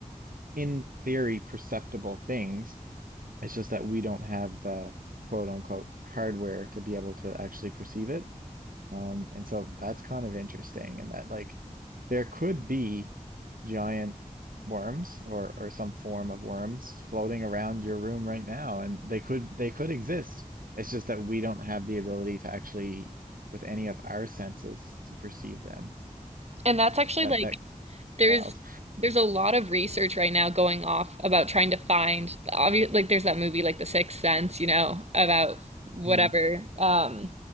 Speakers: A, on the right; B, on the right.
A: in theory perceptible things. It's just that we don't have the quote unquote hardware to be able to actually perceive it. Um, and so that's kind of interesting and that like there could be giant worms or, or some form of worms floating around your room right now, and they could they could exist. It's just that we don't have the ability to actually, with any of our senses, to perceive them.
B: And that's actually
A: That
B: like
A: that
B: there's
A: wild.
B: there's a lot of research right now going off about trying to find obvious like there's that movie like The Sixth Sense, you know, about whatever
A: Mm,
B: um